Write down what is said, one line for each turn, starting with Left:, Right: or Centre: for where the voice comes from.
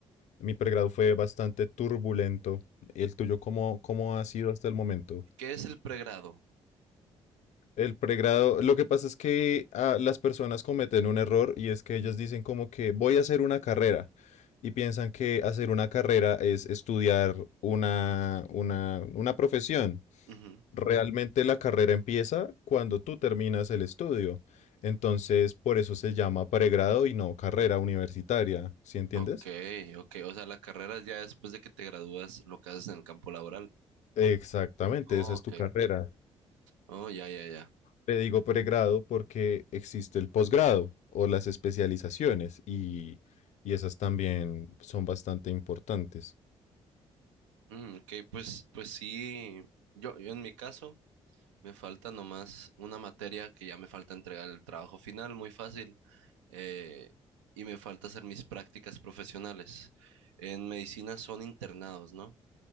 Left: mi pregrado fue bastante turbulento. ¿El tuyo cómo, cómo ha sido hasta el momento?
Right: ¿Qué es el pregrado?
Left: El pregrado, lo que pasa es que ah, las personas cometen un error y es que ellas dicen como que voy a hacer una carrera y piensan que hacer una carrera es estudiar una, una, una profesión.
Right: Ujú.
Left: Realmente la carrera empieza cuando tú terminas el estudio. Entonces, por eso se llama pregrado y no carrera universitaria, ¿sí entiendes?
Right: Ok, ok. O sea, la carrera ya después de que te gradúas, lo que haces en el campo laboral.
Left: Exactamente,
Right: Oh,
Left: esa es
Right: ok.
Left: tu carrera.
Right: Oh, ya, ya, ya.
Left: Le digo pregrado porque existe el posgrado o las especializaciones y, y esas también son bastante importantes.
Right: Mm, ok, pues, pues sí. Yo, yo en mi caso. Me falta nomás una materia que ya me falta entregar el trabajo final, muy fácil. eh, y me falta hacer mis prácticas profesionales. En medicina son internados, ¿no?